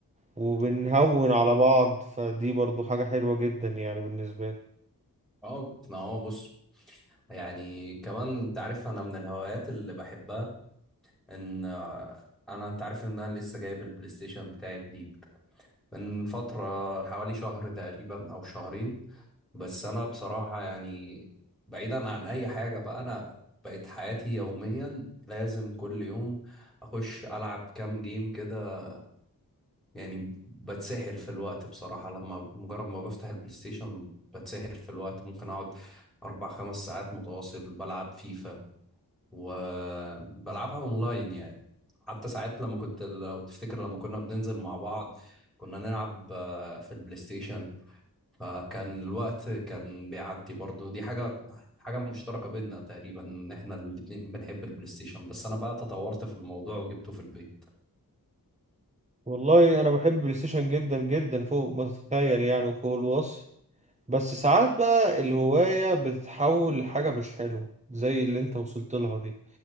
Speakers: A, on the right; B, in the centre.
A: وبنهون على بعض فدي برضو حاجة حلوة جدا يعني بالنسبة لي
B: أه ما هو بص يعني كمان أنت عارف أنا من الهوايات اللي بحبها ان آه، انا انت عارف ان انا لسه جايب البلاي ستيشن بتاعي جديد من فترة حوالي شهر تقريبا او شهرين بس انا بصراحة يعني بعيدا عن اي حاجة بقى انا بقت حياتي يوميا لازم كل يوم اخش العب كام جيم كده يعني بتسحل في الوقت بصراحة لما مجرد ما بفتح البلاي ستيشن بتسحل في الوقت ممكن اقعد اربع خمس ساعات متواصل بلعب فيفا وبلعبها اونلاين يعني حتى ساعات لما كنت لو تفتكر لما كنا بننزل مع بعض كنا نلعب آه، في البلاي ستيشن فكان الوقت كان بيعدي برضو دي حاجة حاجة مشتركة بينا تقريبا ان احنا الاتنين بنحب البلاي ستيشن بس انا بقى تطورت في الموضوع وجبته في البيت
A: والله انا بحب البلاي ستيشن جدا جدا فوق ما تتخيل يعني وفوق الوصف بس ساعات بقى الهواية بتتحول لحاجة مش حلوة زي اللي انت وصلت لها دي